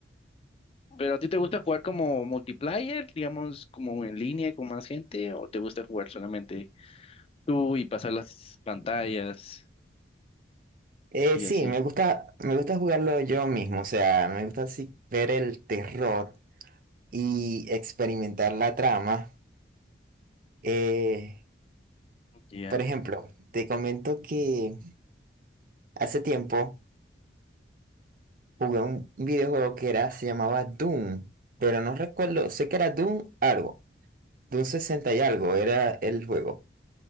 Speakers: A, on the left; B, on the right.
A: ¿Pero a ti te gusta jugar como multiplayer, digamos, como en línea con más gente, o te gusta jugar solamente tú y pasar las pantallas
B: Eh,
A: y
B: sí,
A: así?
B: me gusta, me gusta jugarlo yo mismo, o sea, me gusta así ver el terror y experimentar la trama. Eh,
A: Ya,
B: por ejemplo, te comento que hace tiempo jugué un videojuego que era, se llamaba Doom, pero no recuerdo, sé que era Doom algo, Doom 60 y algo era el juego.